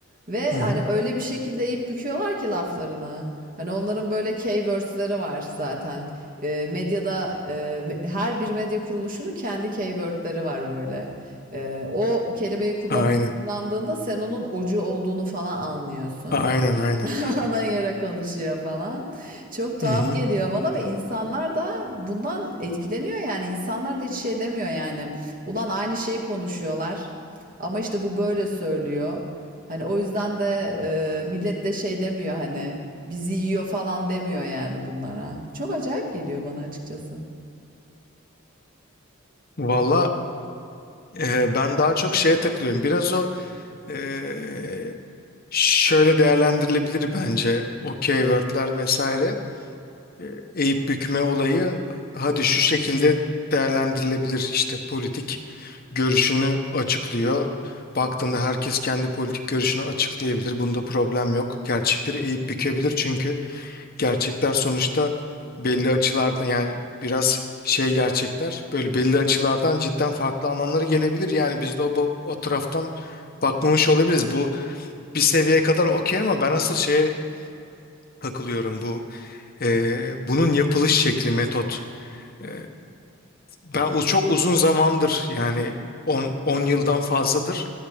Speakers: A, on the right; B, on the left.
A: Ve
B: Hı
A: hani
B: hı.
A: öyle bir şekilde eğip büküyorlar ki laflarını. Hani onların böyle keywords'leri var zaten. Ee, medyada e, her bir medya kuruluşunun kendi keyword'leri var böyle. Ee, o kelimeyi kullanın,
B: Aynen.
A: kullandığında sen onun ocu olduğunu falan anlıyorsun.
B: Aynen aynen.
A: <laughs> ana yara konuşuyor falan. Çok tuhaf
B: Hı hı.
A: geliyor bana ve insanlar da bundan etkileniyor yani. İnsanlar da hiç şey demiyor yani. Ulan aynı şeyi konuşuyorlar. Ama işte bu böyle söylüyor. Hani o yüzden de e, millet de şey demiyor hani bizi yiyor falan demiyor yani bunlara. Çok acayip geliyor bana açıkçası.
B: Valla e, ben daha çok şeye takılıyorum. Biraz o e, şöyle değerlendirilebilir bence o keywordler vesaire. E, eğip bükme olayı hadi şu şekilde değerlendirilebilir. İşte politik görüşünü açıklıyor. Baktığında herkes kendi politik görüşünü açıklayabilir. Bunda problem yok. Gerçekleri eğip bükebilir çünkü Gerçekler sonuçta belli açılarda yani biraz şey gerçekler böyle belli açılardan cidden farklı anlamları gelebilir. Yani biz de o, bu- o taraftan bakmamış olabiliriz. Bu bir seviyeye kadar okey ama ben asıl şeye takılıyorum bu e, bunun yapılış şekli metot. E, ben o çok uzun zamandır yani on on yıldan fazladır